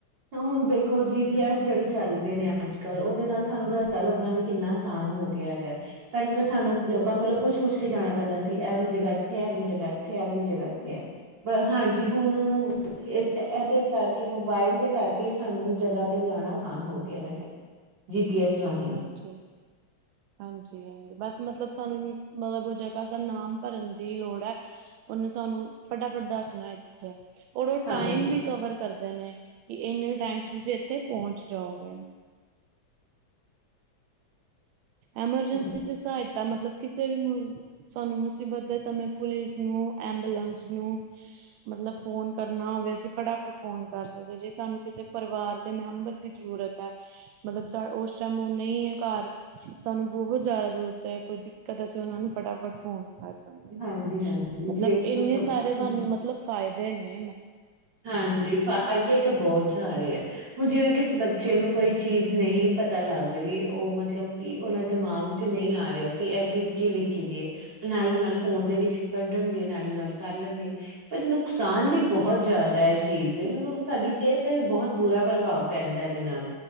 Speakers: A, on the right (about 65°); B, on the right (about 80°).
A: ਹੁਣ ਦੇਖੋ, ਜੀ ਪੀ ਐੱਸ, ਜਿਹੜੇ ਚੱਲ ਪਏ ਨੇ ਅੱਜ ਕੱਲ ਉਹਦੇ ਨਾਲ ਸਾਨੂੰ ਰਸਤਾ ਲੱਭਣਾ ਵੀ, ਕਿੰਨਾ ਆਸਾਨ ਹੋ ਗਿਆ ਹੈਗਾ। ਪਹਿਲੇ ਤਾਂ ਸਾਨੂੰ
B: ਹਾਂਜੀ
A: ਲੋਕਾਂ ਕੋਲੋਂ ਪੁੱਛ, ਪੁੱਛ ਕੇ ਜਾਣਾ ਪੈਂਦਾ ਸੀ। ਇਹ ਵਾਲੀ ਜਗ੍ਹਾ ਇੱਥੇ ਐ, ਇਹ ਵਾਲੀ ਜਗ੍ਹਾ ਇੱਥੇ ਐ। ਜਗ੍ਹਾ ਇੱਥੇ ਹੈ। ਹਾਂਜੀ ਹੁਣ ਇਹਦੇ ਕਰਕੇ ਮੋਬਾਇਲ ਦੇ ਕਰਕੇ ਸਾਨੂੰ ਜਗ੍ਹਾ ਤੇ ਜਾਣਾ, ਆਸਾਨ ਹੋ ਗਿਆ ਹੈਗਾ। ਜੀ ਪੀ ਐਸ, ਰਾਹੀਂ
B: ਹਾਂਜੀ <inaudible> ਹਾਂਜੀ, ਹਾਂਜੀ ਬੱਸ ਮਤਲਬ ਸਾਨੂੰ, ਮਤਲਬ ਉਹ ਜਗ੍ਹਾ ਦਾ ਨਾਮ ਭਰਨ ਦੀ ਲੋੜ ਹੈ। ਉਹਨੂੰ ਸਾਨੂੰ ਫਟਾਫਟ ਦੱਸਣਾ ਇੱਥੇ, ਔਰ ਉਹ
A: ਹਾਂਜੀ
B: ਟਾਈਮ ਵੀ ਕਵਰ ਕਰਦੇ ਨੇ। ਕਿ ਇੰਨੇ ਟਾਈਮ ਚ ਤੁਸੀਂ ਇੱਥੇ ਪਹੁੰਚ ਜਾਓਗੇ। ਐਮਰਜੈਂਸੀ,
A: ਹੈਲੋ,
B: ਚ ਸਹਾਇਤਾ ਮਤਲਬ ਕਿਸੇ ਵੀ ਮੁ ਸਾਨੂੰ ਮੁਸੀਬਤ ਦੇ ਸਮੇਂ ਪੁਲਿਸ ਨੂੰ, ਐਬੂਲੈਂਸ ਨੂੰ, ਮਤਲਬ ਫੋਨ ਕਰਨਾ ਹੋਵੇ, ਅਸੀਂ ਫਟਾਫਟ ਫੋਨ ਕਰ ਸਕਦੇ, ਜੇ ਸਾਨੂੰ ਕਿਸੇ ਪਰਿਵਾਰ ਦੇ ਮੈਂਬਰ ਦੀ ਜ਼ਰੁਰਤ ਹੈ, ਮਤਲਬ ਉਸ ਟਾਈਮ ਔ ਨਹੀਂ ਹੈ ਇਹ ਘਰ, ਸਾਨੂੰ ਬਹੁਤ ਜ਼ਿਆਦਾ ਜ਼ਰੂਰਤ ਹੈ, ਕੋਈ ਦਿੱਕਤ ਅਸੀਂ ਉਹਨਾਂ ਨੂੰ ਫਟਾਫਟ ਫੋਨ। ਕਰ ਸਕਦੇ ਹਾਂ।
A: ਹਾਂਜੀ ਹਾਂਜੀ
B: ਮਤਲਬ
A: ਜੇ
B: ਇੰਨੇ ਸਾਰੇ
A: ਹਾਂਜੀ
B: ਸਾਨੂੰ ਮਤਲਬ ਫਾਇਦੇ ਨੇ ਮਤ
A: ਹਾਂਜੀ, ਫਾਇਦੇ ਤੇ ਬਹੁਤ ਜ਼ਾਰੇ ਐ। ਹੁਣ ਜਿਵੇਂ ਕਿਸੀ ਬੱਚੇ ਨੂੰ, ਕੋਈ ਚੀਜ਼ ਨਹੀਂ ਪਤਾ ਲੱਗ ਰਹੀ। ਉਹ ਮਤਲਬ ਕਿ ਉਹਨਾਂ ਦਿਮਾਗ ਚ ਨਹੀਂ ਆ ਰਿਹਾ। ਕਿ ਐਹ ਚੀਜ਼ ਕੀ ਲਿਖੀ ਦੀ ਏ ਨਾਲੋਂ-ਨਾਲ ਫੋਨ ਦੇ ਵਿੱਚ ਕੱਡਣਗੇ ਨਾਲੋਂ-ਨਾਲ ਕਰ ਲੈਣਗੇ। ਪਰ ਨੁਕਸਾਨ ਵੀ
B: ਹਾਂਜੀ
A: ਬਹੁਤ ਜ਼ਿਆਦ ਵੈ ਏਸ ਚੀਜ਼ ਦੇ ਮਤਲਬ ਸਾਡੀ ਸਿਹਤ ਤੇ ਵੀ ਬਹੁਤ ਬੁਰਾ ਪ੍ਰਭਾਵ ਪੈਂਦਾ ਏਦੇ ਨਾਲ